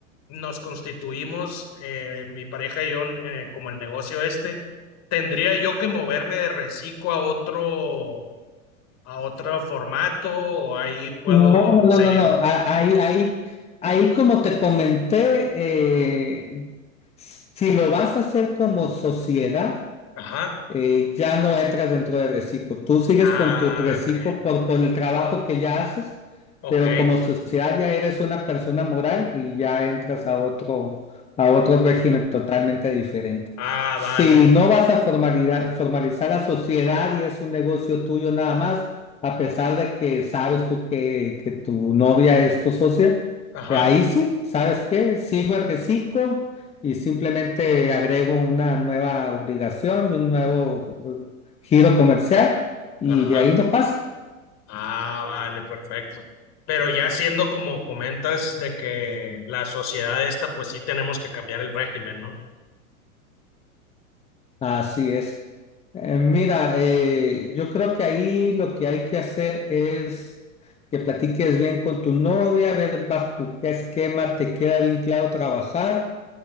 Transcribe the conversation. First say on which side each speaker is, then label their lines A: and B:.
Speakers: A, on the left; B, on the left.
A: nos constituimos, eh, mi pareja y yo, eh, como el negocio este. Tendría yo que moverme de Recico a otro a otro formato o ahí puedo
B: No, no,
A: seguir.
B: no, no, no. A- Ahí, ahí, ahí como te comenté, eh, si lo vas a hacer como sociedad,
A: Ajá.
B: eh, ya no entras dentro de reciclo. Tú sigues
A: Ah,
B: con tu reciclo
A: ok.
B: por, por el trabajo que ya haces,
A: Ok.
B: pero como sociedad ya eres una persona moral y ya entras a otro, a otro régimen totalmente diferente.
A: Ah,
B: Si
A: vale.
B: no vas a formalizar, formalizar la sociedad y es un negocio tuyo nada más, a pesar de que sabes tú que, que tu novia es tu socia,
A: Ajá.
B: ahí sí, ¿sabes qué? Sigo el reciclo y simplemente agrego una nueva obligación y un nuevo eh, giro comercial y
A: Ajá.
B: de ahí no pasa.
A: Ah, vale, perfecto. Pero ya siendo como comentas de que la sociedad esta, pues sí tenemos que cambiar el régimen, ¿no?
B: Así es. Eh, mira, eh, yo creo que ahí lo que hay que hacer es que platiques bien con tu novia, ver bajo qué esquema te queda bien claro trabajar,